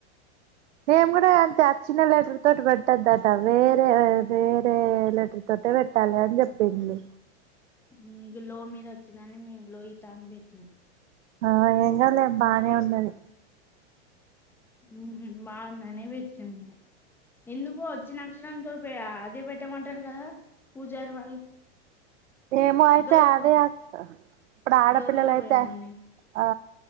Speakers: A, on the right; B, in the centre.
A: నేను కూడా అంతే అచ్చిన లెటర్ తోటి పెట్టద్దట వేరే వేరే లెటర్ తోటే పెట్టాలి అని చెప్పిన్రు
B: మ్మ్ లో మీద వచ్చిందని మేము లోహిత అని పెట్టినాం
A: ఆ ఏం కాలే బానే ఉన్నది
B: మ్మ్ బాగుందనె పెట్టినం ఇగ ఎందుకు వచ్చినక్షత్రంతో పే అదే పెట్టమంటారు కదా పూజారి వాళ్ళు
A: ఏమో అయితే
B: దొరక
A: అదే అక్ ఇప్పుడు ఆడపిల్లల
B: దొరకవేమోన్ని
A: అయితే ఆ